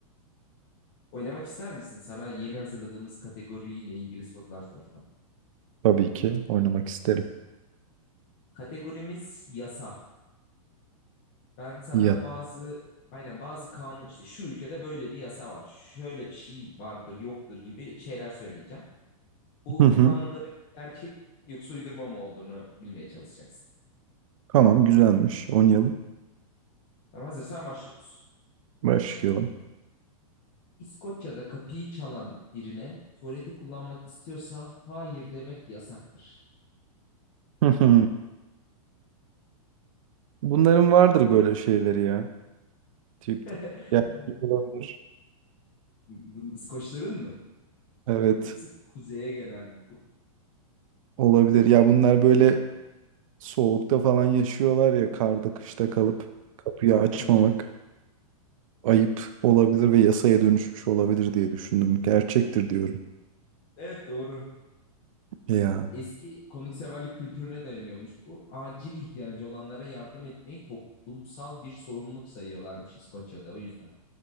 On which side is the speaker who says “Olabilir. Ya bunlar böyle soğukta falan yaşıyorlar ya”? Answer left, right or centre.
Right